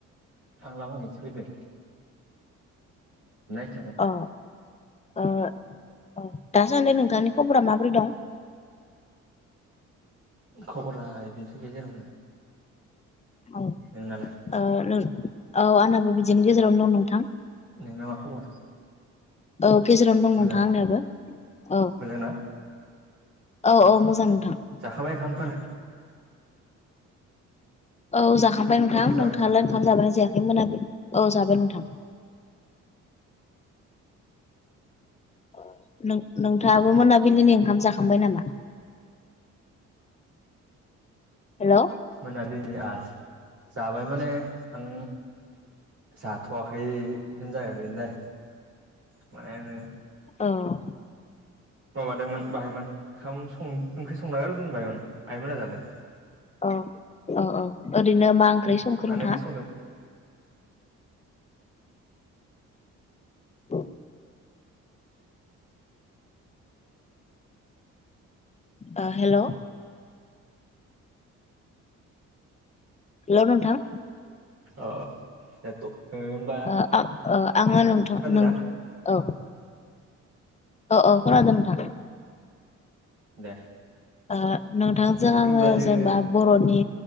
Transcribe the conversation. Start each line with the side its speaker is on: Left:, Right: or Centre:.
Right: आं लामाखैसो फैदो <inaudible>
Left: औ ओ औ दासान्दि नोंथांनि खबरा माबोरै दं?
Right: खावबरा बेनोसै गेजेरावनो
Left: औ।
Right: नोंना लाय?
Left: ओ नों औ आंनाबो बिदिनि गेजेरावनो दं नो
Right: नोंना मा खबर?
Left: औ गेजेरावनो दं
Right: मोजां
Left: नोंथां आंनियाबो औ।
Right: मोजां ना
Left: औ औ मोजां नोंथां।
Right: जाखाबाय ओखामफोरा
Left: औ जाखांबाय नोंथां
Right: ओंखामफोर जाबाय
Left: नोंथाङालाय
Right: नामा
Left: ओंखाम जाबायना जायाखै मोनाबिलि औ जाबाय नोंथां। ओ नों नोंथाङाबो मोनाबिलिनि ओंखाम जाखांबाय नामा? हेलौ
Right: मोनालिनि आस जाबाय माने आं जाथ'आखै होनजागोन दे माने होनो
Left: औ
Right: माबादोंमोन बाहायमोन ओंखाम सं ओंख्रि संना आरो' दोनबायमोन आइमोना जादो।
Left: औ ओ ओ ओरैनो मा ओंख्रि संखों
Right: मानो
Left: नोंथाङा?
Right: ओंख्रि संदों
Left: उम ओ हेलौ। हेलौ नोंथां।
Right: ओ एथ ओम
Left: ओ आ ओ आङो नोंथां नो
Right: ना
Left: औ। ओ ओ खोनादों नोंथां।
Right: दे।
Left: ओ नोंथांजों आङो
Right: होमबा जोङो
Left: जेनेबा बर'नि